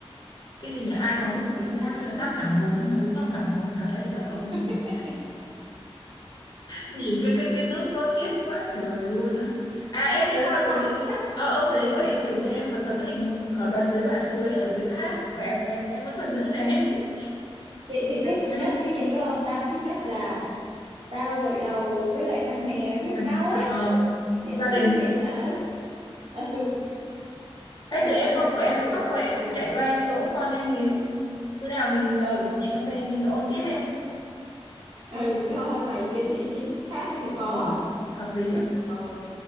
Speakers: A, on the left (about 45°); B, on the right (about 60°).
A: cái gì nhỉ ai
B: đấy
A: nói
B: đi
A: cái gì
B: cái
A: thác
B: thác
A: đấy
B: lúc
A: là
B: trước
A: thác Hoàng Hôn ấy, mà đúng là Hoàng Hôn thật đấy trời ơi nhìn
B: <laughs>
A: nhìn cái cái cái nước nó xiết quá trời luôn á à em
B: không nhưng
A: nhớ
B: mà
A: rồi
B: tắm sạch
A: ờ, ông xế của em chụp cho em một tấm hình ở đoạn dưới đoạn suối ở dưới thác đẹp đẹp em vẫn còn giữ này <laughs>
B: chị thì thích
A: Đấy
B: nhất
A: luôn
B: cái gì biết không tao thích nhất là tao gội đầu với lại thằng Hè với thằng
A: à,
B: Cau á
A: ờ, gia
B: dễ thương
A: đình
B: dễ sợ ừ.
A: ấy
B: trời
A: thế
B: ơi làm
A: con của
B: sao
A: em nó
B: để
A: khóc
B: quay
A: rồi em,
B: trở
A: em
B: lại
A: chạy qua em dỗ con em miếng bữa nào mình
B: ừ
A: ờ, đi cà phê mình ôn tiếp em
B: ừ thôi bày chuyến đi chuyến khác thì có
A: ừ hợp lý ạ
B: ok